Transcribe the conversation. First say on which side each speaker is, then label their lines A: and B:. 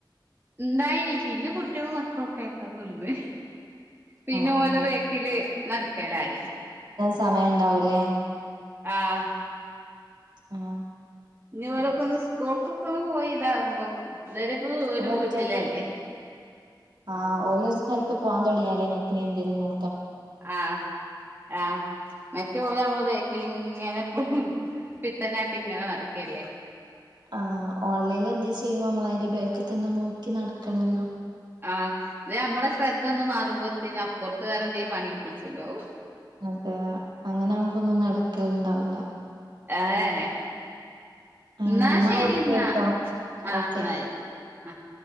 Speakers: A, on the right; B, on the right.
A: ഇണ്ടായിനി പിന്നെ കുട്ടികളും മക്കളും ക്കായപ്പ നിന്ന്, പിന്നെ
B: ആഹ്
A: ഓലെ
B: ആഹ്
A: ബേക്കല് നടക്കലായി.
B: സമയണ്ടാവൂലേ?
A: ആഹ് -
B: ആഹ് -
A: ഇനി ഓലൊക്കെ ഒന്ന് സ്കൂൾക്കൊക്കെ ഒന്ന് പോയി ഇതാവുമ്പോ ഇതവരെ ഇപ്പ ഓലും
B: ഓല് ഒറ്റക്ക്
A: വീട്ടിലല്ലേ?
B: ആഹ് ഓലൊരു സ്ഥലത്ത് പോവാൻ തുടങ്ങിയാലെ നിക്കിനെന്തേരുന്നു
A: ആഹ് ആഹ് മറ്റേ ഓല് നമ്മള് ബേക് ക്കിലിങ്ങനെപ്പോഴും പിത്തനാട്ട് ഇങ്ങനെ നടക്കല്ലേ.
B: ആ ഓൺലൈനിൽ എന്താ ചെയ്യുമ്പോ നമ്മൾ അതിന്റെ ബേക്ക് തന്നെ നോക്കി നടക്കണല്ലോ.
A: ആഹ് ത് നമ്മെട ശ്രദ്ധ ഒന്നും മാറുമ്പോത്തേന് അപ്പുറത്ത് വേറെ എന്തേലും പണി ഒപ്പിച്ചുണ്ടാവും.
B: അതെ, അങ്ങനാകുമ്പോ ഒന്നും നടക്കലിണ്ടാവില്ല.
A: ഏ
B: ഏഹ്
A: എന്നാ ശരി എന്നാ
B: കേട്ടോ
A: ആഹ്
B: ഓക്കെ
A: എന്നായി. ആഹ് -